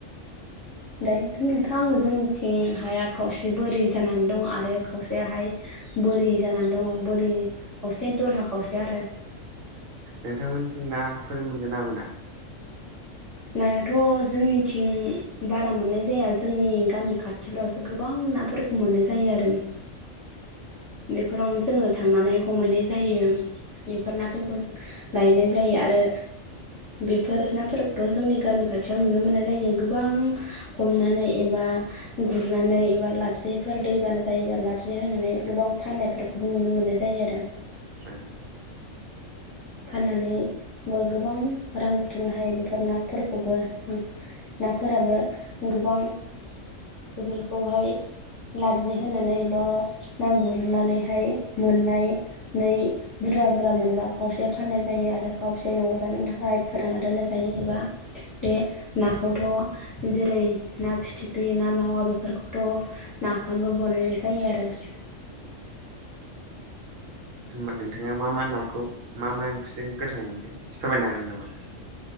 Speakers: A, on the left; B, on the right.
A: दायोनथ' नोंथां आं जोंनिथिं हाया खावसे बोरि जानानै दं आरो खावसेयाहाय बोरि जानानै दङ बोरि खावसे दलहा खावसे आरो
B: नोंथांमोनथिं नाफोर मोनगोन ना मोना
A: नायाथ' जोंनिथिं बारा मोननाय जाया जोंनि गामि खाथिफ्रावसो गोबां नाफोर मोननाय जायो आरो बेफोरावनो जोङो थांनानै हमहैनाय जायो बेफोर नाफोरखौ जों लायनाय जायो आरो बेफोर नाफोरखौथ' जोंनि गामि खाथियाव नुनो मोननाय जायो गोबां हमनानै एबा गुरनानै एबा लापजेफोर दैबाना जायोबा लापजे होनानै गोबां फाननायफोरखौबो नुनो मोननाय जायो आरो
B: <unintelligible>
A: फाननानैबो गोबां रां बुथुमनो हायो बेफोर नाफोरखौबो आं नाफोराबो गोबां बेफोरखौहाय लाबजे होनानै बा ना गुरनानैहाय मोननाय नै बुरजा बुरजा मोनबा खावसे फाननाय जायो आरो खावसे न'आव जानो थाखाय फोरानना दोननाय जायो एबा बे नाखौथ' जेरै ना फिथिख्रि ना मावा बेफोरखौथ' नाफामबो बनायनाय जायो आरो।
B: <unintelligible> होमबा नोंथाङा मा मा नाखौ मा मा ओंख्रिजों गोथाव मोनो एसे फोरमायनो हागोन नामा?